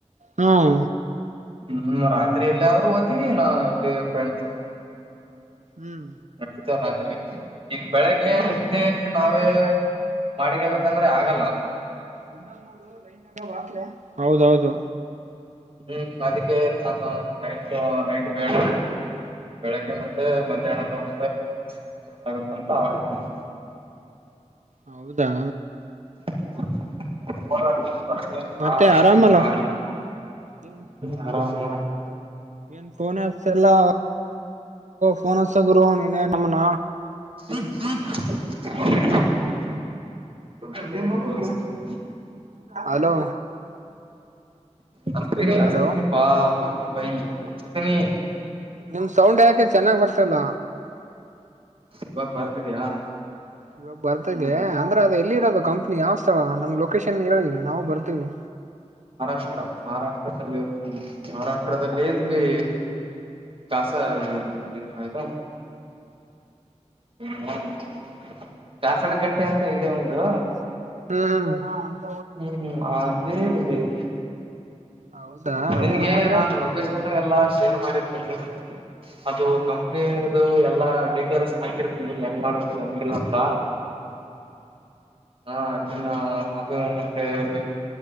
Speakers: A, on the right; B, on the right.
A: ಹ್ಮ್
B: ಹ್ಮ್ ರಾತ್ರಿ ಎಲ್ಲಾದ್ ಹೋತವಿ ನಾ ಎಲ್ಲಿ ಫ್ರೆಂಡ್ಸ್
A: ಹ್ಮ್
B: ನಡೀತೇವೆ ರಾತ್ರಿ ಈಗ ಬೆಳಗ್ಗೆ ಎಷ್ಟೇ ನಾವೇ ಬಾಡಿಗೆ ಹೇಳ್ಬೇಕಂದ್ರೆ ಆಗಲ್ಲ
A: <unintelligible> ಹೌದೌದು
B: ಹ್ಮ್ ಅದಕ್ಕೆ ನಾನ ನೈಟ್ ನೈಟ್ ಬೇಡ ಬೆಳಗ್ಗೆ ಮತ್ತೆ ಮಧ್ಯಾಹ್ನ ಸಮ <unintelligible>
A: ಹೌದಾ
B: <unintelligible>
A: ಮತ್ತೆ ಆರಾಮಲ್ಲ ಏನ್
B: <unintelligible> ಆರಾಮ
A: ಏನ್ ಫೋನ್ ಹಚಲ್ಲಾ ಫೋನ್ ಹಚಗುರು ನೀನೇ ನಮನ
B: <unintelligible>
A: ಹಲೋ
B: ಹಚ್ತೀನಿ ಹಚ್ತೀನಿ
A: ಹಲೋ
B: ಪಾ ಗೊತ್ತ ಬೈ ಹಚ್ತೀನಿ
A: ನಿಮ ಸೌಂಡ್ ಯಾಕೆ ಚೆನ್ನಾಗ್ ಬರ್ತಲ್ಲ
B: ಇವಾಗ ಬರ್ತಿದ್ಯಾ
A: ಇವಾಗ ಬರ್ತಿದೀಯಾ ಅಂದ್ರೆ ಅದು ಎಲ್ಲಿ ಇರೋದು ಕಂಪ್ನಿ ಯಾವ್ ಸ್ಥಳ ನಮ್ ಲೊಕೇಶನ್ ಹೇಳಿ ನಾವು ಬರ್ತೀವಿ
B: ಮಹಾರಾಷ್ಟ್ರ ಮಹಾರಾಷ್ಟ್ರದಲ್ಲಿ ಮಹಾರಾಷ್ಟ್ರದಲ್ಲಿ ಎಲ್ಲಿ ಕಾಸ ಎಂಟ್ರಾಯ್ತಾ <unintelligible> ಕಾಸಡಗಟ್ಟೆ ಅಂತ ಇದೆ ಒಂದು
A: ಹ್ಮ್
B: ಹ್ಮ್ ಹ್ಮ್ ಹಳೇ ಇದೇವೆ
A: ಹೌದಾ
B: ನಿನ್ಗೆ
A: ಅಂದ್ರೆ
B: ನಾನು ಲೊಕೇಶನ್ ಎಲ್ಲಾ ಶೇರ್ ಮಾಡಿರ್ತೀನಿ ಅದು
A: ಹಾ
B: ಕಂಪ್ನಿದು ಎಲ್ಲಾ ಡೀಟೇಲ್ಸ್ ಹಾಕಿರ್ತೀನಿ ಹೆಂಗ್ ಮಾಡ್ಬೇಕು ಹೆಂಗಿಲ್ಲಂತಾ ಹಾ ನೀನು ಅದು ಮತ್ತೆ ನೀನ್